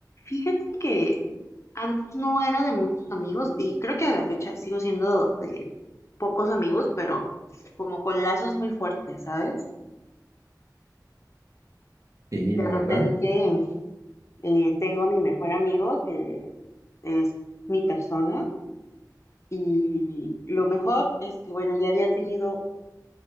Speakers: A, on the left; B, on the right.
A: Fíjate que antes no era de muchos amigos y creo que a la fecha sigo siendo de pocos amigos, pero como con lazos muy fuertes, ¿sabes?
B: Sí,
A: De
B: la
A: repente
B: verdad.
A: eh, tengo a mi mejor amigo que es mi persona y lo mejor es que, bueno, ya había tenido,